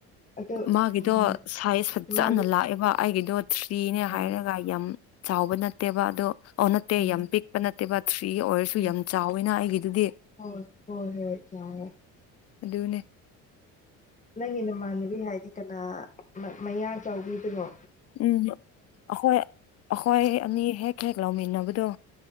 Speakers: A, on the left; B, on the left.
A: ꯑꯗꯨ
B: ꯃꯥꯒꯤꯗꯣ
A: ꯎꯝ
B: ꯁꯥꯏꯖ ꯐꯖꯅ
A: ꯃꯥꯅꯤ
B: ꯂꯥꯛꯑꯦꯕ ꯑꯩꯒꯤꯗꯣ ꯊ꯭ꯔꯤꯅꯦ
A: ꯎꯝ
B: ꯍꯥꯏꯔꯒ ꯌꯥꯝ ꯆꯥꯎꯕ ꯅꯠꯇꯦꯕ ꯑꯗꯣ ꯑꯣ ꯅꯠꯇꯦ
A: ꯎꯝ
B: ꯌꯥꯝ ꯄꯤꯛ ꯄ ꯅꯠꯇꯦꯕ ꯊ꯭ꯔꯤ ꯑꯣꯏꯔꯁꯨ
A: ꯑꯣ
B: ꯌꯥꯝ ꯆꯥꯎꯋꯤꯅ ꯑꯩꯒꯤꯗꯨꯗꯤ
A: ꯍꯣꯏ ꯍꯣꯏ ꯍꯣꯏ ꯆꯥꯎꯋꯣ
B: ꯑꯗꯨꯅꯦ
A: ꯅꯪꯒꯤ ꯅꯃꯥꯟꯅꯕꯤ ꯍꯥꯏꯗꯤ ꯀꯅꯥ ꯃ ꯃꯌꯥ ꯆꯧꯕꯤꯗꯨꯔꯣ
B: ꯎꯝ ꯑꯈꯣꯏ ꯑꯈꯣꯏ ꯑꯅꯤ ꯍꯦꯛ ꯍꯦꯛ ꯂꯥꯎꯃꯤꯟꯅꯕꯗꯣ